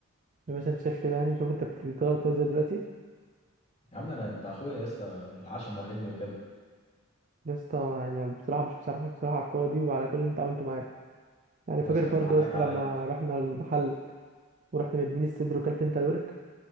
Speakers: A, on the right (about 35°); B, on the left (about 30°).
A: زي ما انت شايف كده يعني شوف انت بتغلط فيها ازاي دلوقتي
B: يا عم انا انت اخويا يا اسطى العشم واخدني وكده
A: يا اسطى انا بصراحه مش مسامحك بصراحه على الكوره دي وعلى كل اللي انت عملته معايا يعني
B: خلاص
A: فاكر
B: يا
A: برضه
B: عم حقك
A: يا اسطى
B: عليا
A: لما رحنا المحل ورحت مديني الصدر وكلت انت الورك